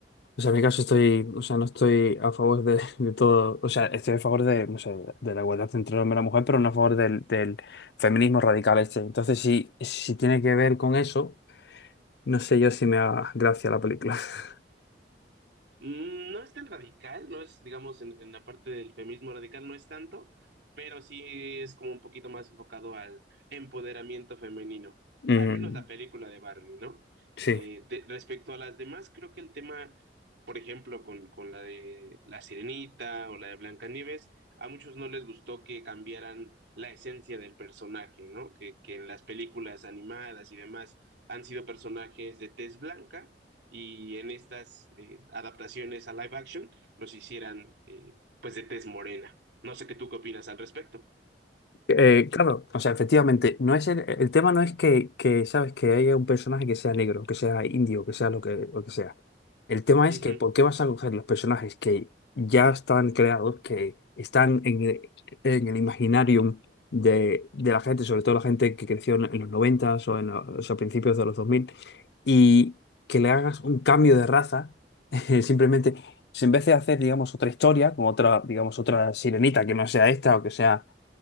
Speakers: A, on the left; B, on the right.
A: O sea, en mi caso estoy, o sea, no estoy a favor de, <laughs> de todo, o sea, estoy a favor de, no sé, de la igualdad entre el hombre y la mujer, pero no a favor del, del feminismo radical este. Entonces, si, si tiene que ver con eso, no sé yo si me da gracia la película. <laughs>
B: Mm, No es tan radical, no es, digamos, en, en la parte del feminismo radical no es tanto, pero sí es como un poquito más enfocado al empoderamiento femenino,
A: Mm,
B: al menos la película de Barbie, ¿no?
A: sí.
B: Eh, de- respecto a las demás, creo que el tema, por ejemplo, con, con la de La Sirenita o la de Blancanieves, a muchos no les gustó que cambiaran la esencia del personaje, ¿no? Que, que en las películas animadas y demás han sido personajes de tez blanca y en estas eh, adaptaciones a live action los hicieran eh, pues de tez morena. No sé qué tú qué opinas al respecto.
A: Eh, claro, o sea, efectivamente, no es el, el tema no es que, que, sabes, que haya un personaje que sea negro, que sea indio, que sea lo que, lo que sea. El tema
B: Ujú.
A: es que, ¿por qué vas a coger los personajes que ya están creados, que están en el, en el imaginarium de, de la gente, sobre todo la gente que creció en, en los 90 o en los, a principios de los dos mil y que le hagas un cambio de raza, <laughs> simplemente, si en vez de hacer, digamos, otra historia, con otra, digamos, otra sirenita que no sea esta o que sea